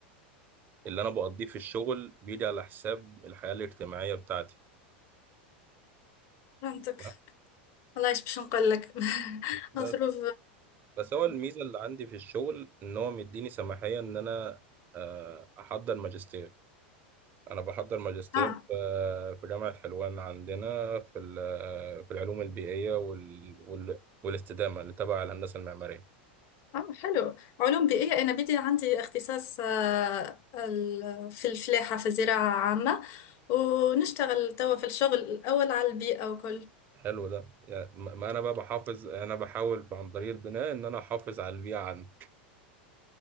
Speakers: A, on the right; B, on the left.
A: اللي انا بقضيه في الشغل بيجي على حساب الحياة الاجتماعية بتاعتي
B: فهمتك
A: لا،
B: والله ايش باش نقول لك <laughs>
A: بس
B: الظروف
A: بس هو الميزة اللي عندي في الشغل ان هو مديني سماحية ان انا آه، احضر ماجستير انا بحضر ماجستير
B: آه
A: آه، في جامعة حلوان عندنا في ال- آه، في العلوم البيئية وال وال- والاستدامة اللي تبع الهندسة المعمارية
B: آه حلو علوم بيئية أنا بدي عندي اختصاص آه ال- في الفلاحة في الزراعة عامة ونشتغل توا في الشغل الأول على البيئة وكل
A: حلو ده يعني ما ما انا بقى بحافظ انا بحاول عن طريق البناء ان انا احافظ على البيئه عندي